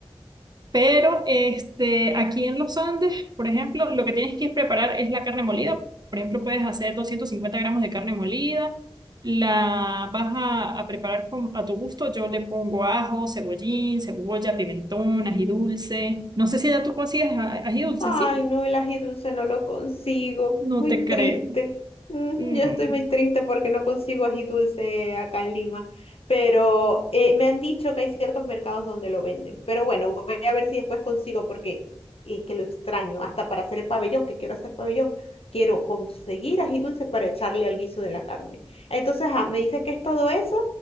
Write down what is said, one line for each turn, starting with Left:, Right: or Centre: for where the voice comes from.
Right: Pero este, aquí en los Andes, por ejemplo, lo que tienes que preparar es la carne molida. Por ejemplo, puedes hacer 250 gramos de carne molida. La vas a, a preparar con- a tu gusto. Yo le pongo ajo, cebollín, cebolla, pimentón, ají dulce. No sé si ya tú consigues a- ají dulce,
Left: Ay,
Right: ¿sí?
Left: no, el ají dulce no lo consigo.
Right: No
Left: Muy
Right: te creo.
Left: triste. Mm,
Right: No.
Left: Yo estoy muy triste porque no consigo ají dulce acá en Lima. Pero eh, me han dicho que hay ciertos mercados donde lo venden. Pero bueno, voy a ver si después consigo porque es que lo extraño. Hasta para hacer el pabellón, que quiero hacer pabellón, quiero conseguir ají dulce para echarle al guiso de la carne. Entonces, ah, me dices que es todo eso